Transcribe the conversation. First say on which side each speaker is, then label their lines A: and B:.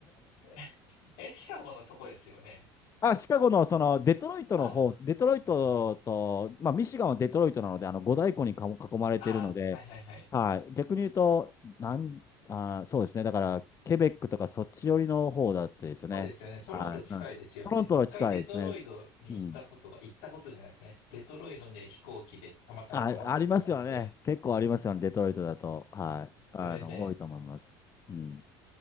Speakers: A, on the left (about 70°); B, on the left (about 30°).
A: <laughs> え、シカゴのとこですよね。
B: あ、シカゴの、その、デトロイトの方、
A: あ、
B: デトロイトと、まあ、ミシガンはデトロイトなので、あの、五大湖にかも囲まれているので、
A: あ、はいはいはい。
B: はい、逆に言うと、なん、あー、そうですね。だから、ケベックとかそっち寄りの方だったですよね。
A: そうですよね。トロント近いですよね。
B: はい。うんトロントは近いですね。
A: 一回デトロイトに行ったことが、
B: うん。
A: 行ったことじゃないですね。デトロイトで飛行機でたまたま泊まったことがあって、
B: あ、ありますよね。結構ありますよね。デトロイトだと。はい。
A: それで、
B: あの、多いと思います。うん。